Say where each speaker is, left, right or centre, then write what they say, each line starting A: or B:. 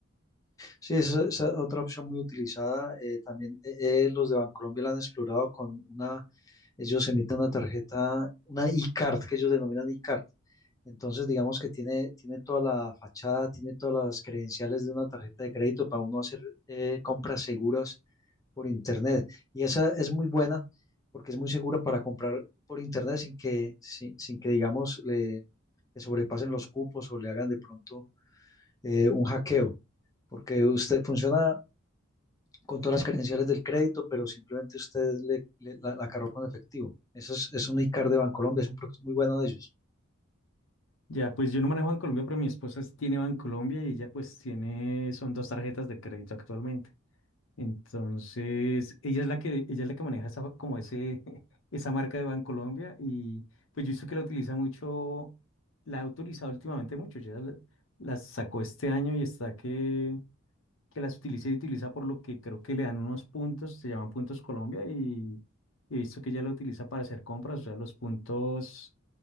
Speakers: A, on the left; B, on the left.
A: Sí, esa es otra opción muy utilizada. eh, también eh, eh, los de Bancolombia la han explorado con una, ellos emiten una tarjeta, una e-card, que ellos denominan e-card. Entonces, digamos que tiene, tiene toda la fachada, tiene todas las credenciales de una tarjeta de crédito para uno hacer eh, compras seguras por internet. Y esa es muy buena porque es muy segura para comprar por internet sin que, sin, sin que digamos, le, le sobrepasen los cupos o le hagan de pronto eh, un hackeo, porque usted funciona con todas las credenciales del crédito, pero simplemente usted le, le- la, la cargó con efectivo. Eso es, es un iCard de Bancolombia, es un producto muy bueno de ellos.
B: Ya, pues yo no manejo Bancolombia, pero mi esposa sí tiene Bancolombia y ella pues tiene, son dos tarjetas de crédito actualmente. Entonces, ella es la que, ella es la que maneja esa, como ese, <laughs> esa marca de Bancolombia y pues yo he visto que la utiliza mucho, la ha utilizado últimamente mucho, ya la, la sacó este año y está que, que las utiliza y utiliza por lo que creo que le dan unos puntos, se llaman puntos Colombia y he visto que ella lo utiliza para hacer compras, o sea, los puntos